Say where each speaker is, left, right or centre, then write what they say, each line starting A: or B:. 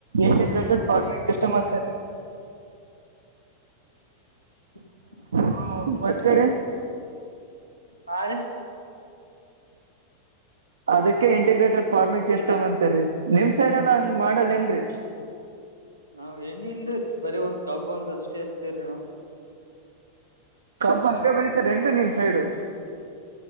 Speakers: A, on the right; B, on the right.
A: ಇಂಟಿಗ್ರೇಟೆಡ್ ಫಾರ್ಮಿಂಗ್ ಸಿಸ್ಟಮ್ ಅಂತಾರೀ.
B: <unintelligible>
A: ಹಾ ಮತ್ತೇರಿ.
B: ಹಾ ರೀ.
A: ಅದಕ್ಕೆ ಇಂಟಿಗ್ರೇಟೆಡ್ ಫಾರ್ಮಿಂಗ್ ಸಿಸ್ಟಮ್ ಅಂತರಿ ನಿಮ್ ಸೈಡ್ ಎಲ್ಲಾ ಹಂಗ ಮಾಡಲ್ ಏನ್ರಿ.
B: ನಾವ್ ಏನ ಇಲ್ರಿ ಬರೀ ಒಂದ್ ಕಬ್ಬ ಒಂದ ಅಷ್ಟೇ ಹಚ್ತೇವರಿ ನಾವ.
A: ಕಬ್ಬ ಅಷ್ಟೇ ಬೆಳಿತಾರ ಏನ್ರಿ ನಿಮ್ ಸೈಡು.